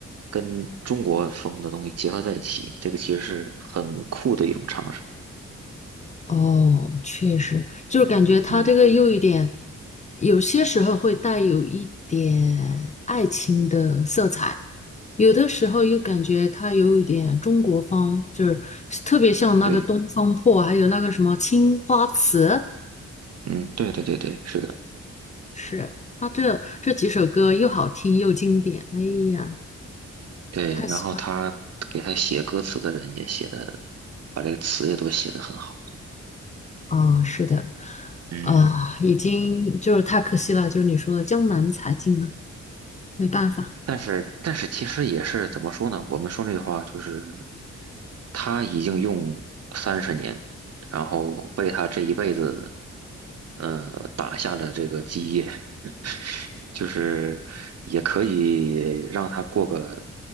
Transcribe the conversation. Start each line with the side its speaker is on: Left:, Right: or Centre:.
Right: 跟中国风的东西结合在一起，这个其实是很酷的一种尝试。
Left: 哦，确实，就是感觉他这个又一点，
Right: 嗯，
Left: 有些时候会带有一点爱情的色彩，有的时候又感觉他有一点中国风，就是特别像那个《东方破》，
Right: 对，
Left: 还有那个什么《青花瓷》，
Right: 嗯，对对对对，是的。
Left: 是他这这几首歌又好听又经典，哎呀，
Right: 对，
Left: 太喜欢
Right: 然后他给他写歌词的人也写的，把这个词也都写得很好。
Left: 哦，是的，
Right: 嗯，
Left: 啊，已经就是太可惜了，就是你说的江南才尽了，没办法。
Right: 但是但是其实也是怎么说呢？我们说那句话就是，他已经用三十年，然后为他这一辈子，呃，打下了这个基业，<laughs> 就是也可以让他过个